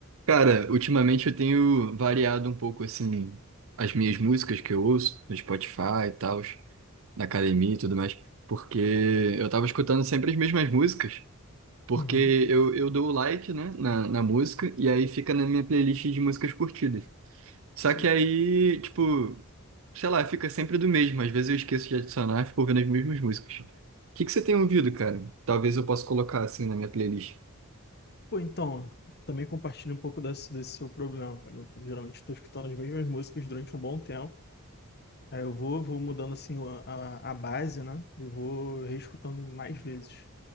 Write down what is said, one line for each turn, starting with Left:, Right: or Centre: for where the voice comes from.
Right: Cara, ultimamente eu tenho variado um pouco assim as minhas músicas que eu ouço no Spotify e tal, na academia e tudo mais, porque eu tava escutando sempre as mesmas músicas, porque
Left: Uhum,
Right: eu, eu dou o like, né, na, na música e aí fica na minha playlist de músicas curtidas. Só
Left: sei.
Right: que aí, tipo, sei lá, fica sempre do mesmo, às vezes eu esqueço de adicionar e fico ouvindo as mesmas músicas. O que que você tem ouvido, cara? Talvez eu possa colocar assim na minha playlist.
Left: Pô, então, também compartilho um pouco desse, desse seu problema, cara. Eu geralmente estou escutando as mesmas músicas durante um bom tempo. Aí eu vou, vou mudando assim a, a, a base, né? E vou reescutando mais vezes.